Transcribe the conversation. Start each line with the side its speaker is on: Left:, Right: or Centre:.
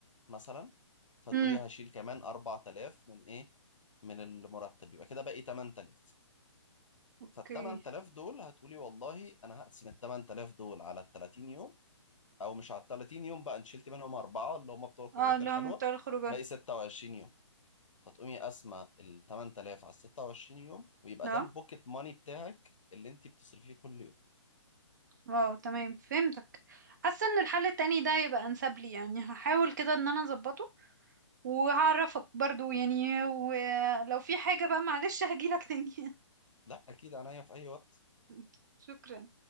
Left: مثلا فتقولي
Right: امم
Left: هشيل كمان أربع تلاف من إيه من المرتب يبقى كده باقي تمن تلاف
Right: اوكي
Left: فالتمن تلاف دول هتقولي والله أنا هقسم التمن تلاف دول على التلاتين يوم أو مش على التلاتين يوم بقى أنت شلت منهم أربعة اللي هم بتوع الخروجات
Right: اه اللي
Left: الحلوة
Right: هم بتوع الخروجات
Left: باقي ستة وعشرين يوم فتقومي قاسمة ال 8000 على 26 يوم ويبقى
Right: اه
Left: ده البوكيت ماني بتاعك اللي انت بتصرفيه كل يوم
Right: واو تمام فهمتك حاسه ان الحل التاني ده يبقى انسب لي يعني هحاول كده ان انا اظبطه وهعرفك برضو يعني ولو في حاجه بقى معلش هجيلك تاني
Left: لا اكيد عينيا في اي وقت
Right: <laughs> شكرا